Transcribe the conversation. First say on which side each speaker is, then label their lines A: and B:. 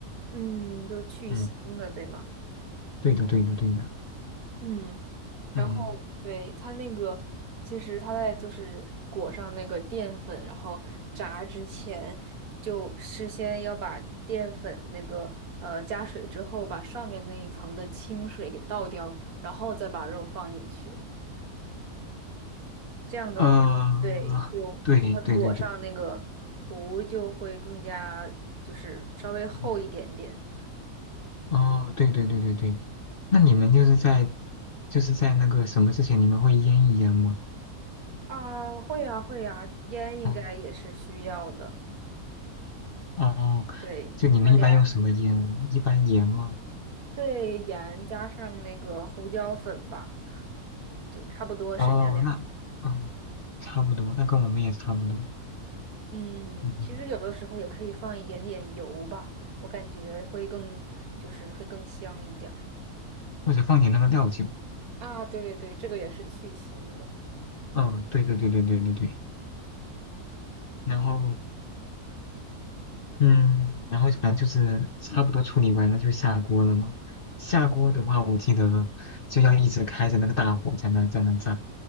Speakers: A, on the right; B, on the left.
A: 嗯，就
B: 嗯，
A: 蒸的，对吗？
B: 对的，对的，对的。
A: 嗯，然后对它那个，
B: 嗯，
A: 其实它在就是裹上那个淀粉，然后炸之前，就事先要把淀粉那个呃加水之后，把上面那一层的清水给倒掉，然后再把肉放进去。这样的话，
B: 呃，
A: 对，就它裹上那个糊就会更加就是稍微厚一点点。
B: 对对对对，嗯，哦，对对对对对，那你们就是在就是在那个什么之前，你们会腌一腌吗？
A: 啊，会呀，会呀，烟应该也是需要的。
B: 哦哦，
A: 对，
B: 就你们一般用什么腌？
A: 放点儿，
B: 一般盐吗？
A: 对，盐加上那个胡椒粉吧，就差不多是这两个
B: 哦，那哦，差不多，那跟我们也差不多。
A: 嗯，
B: 嗯，
A: 其实有的时候也可以放一点点油吧，我感觉会更，就是会更香一点儿。
B: 或者放点那个料酒。
A: 啊，对对对，这个也是去腥的。
B: 嗯，对对对对对对对。然后，嗯，然后反正就是差不多处理完了就下锅了嘛。下锅的话，我记得就要一直开着那个大火在那在那炸。